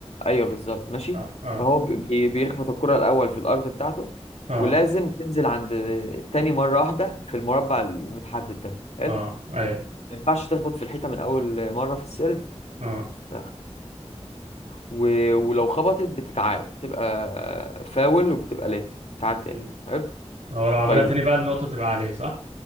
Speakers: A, on the left; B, on the right.
A: ايوه بالظبط ماشي
B: اه اه
A: فهو بي... بيخبط الكرة الأول في الأرض بتاعته
B: اه
A: ولازم تنزل عند التاني مرة واحدة في المربع المتحدد ده حلو
B: اه اي
A: ما ينفعش تخبط في الحيطة من أول مرة في السيرف
B: اه
A: لا. و... ولو خبطت بتتعاد تبقى فاول وبتبقى لت تتعاد تاني
B: مم.
A: حلو
B: هو لو عملها
A: طيب
B: تاني بقى النقطة تبقى عليه صح